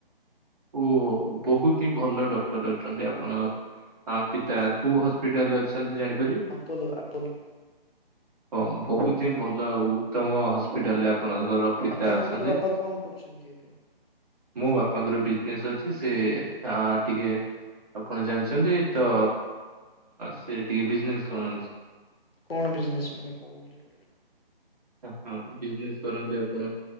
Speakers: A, on the right; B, on the left.
A: ଓ ବହୁତ ହିଁ ଭଲ ଡକ୍ଟର ଅଛନ୍ତି ଆପଣ ହଁ ପିତା କୋଉ ହସ୍ପିଟାଲ ରେ ଅଛନ୍ତି ଜାଣି
B: ଆପୋଲୋ ଆପୋଲୋ।
A: ହଁ ବହୁତ ହିଁ ଭଲ ଆଉ ଉତ୍ତମ ହସ୍ପିଟାଲରେ। ଆପଣଙ୍କର ପିତା
B: ଆପଣଙ୍କର
A: ଅଛନ୍ତି।
B: ବାପା କଣ କରୁଛନ୍ତି ଏବେ
A: ମୋ ବାପାଙ୍କର ବି ବିଜିନେଷ ଅଛି ସେ ଟିକେ ଆପଣ ଜାଣିଛନ୍ତି ତ ସେ ଟିକେ ବିଜନେସ କରନ୍ତି।
B: କଣ ବିଜନେସ ମାନେ କୋଉ ରିଲେ
A: ହଁ ବିଜନେସ୍ କରନ୍ତି ଆପଣ?